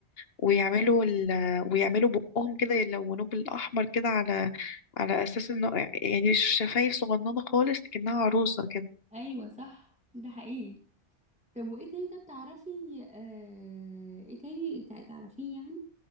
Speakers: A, on the left (about 60°); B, in the centre.
A: ويعملوا ال... ويعملوا بقهم كده يلونوه بالاحمر كده على على اساس انه يعني شفايف صغننة خالص كأنها عروسة كده
B: <laughs> ايوه صح ده حقيقي طب وايه تاني طب تعرفي آه ايه تاني تع- تعرفيه يعني